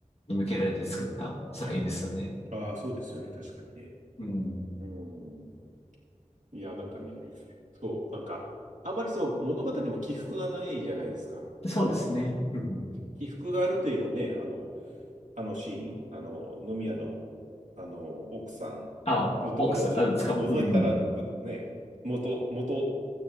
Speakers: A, on the left; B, on the right.
A: に向けられて作った作品ですよね。
B: はい。ああ、そうですよね。確かにね。
A: うん。
B: うん。いや、なんかね、そう、なんか、あまりそう、物語にも起伏がないじゃないですか。
A: そうですね。うん。
B: 起伏があるといえばね、あの、あのシーン、あの、飲み屋の、あの、奥さん
A: あ、
B: のところをちょっと覗いたら、
A: オークス、あ、つか、うん。
B: ぶね、元、元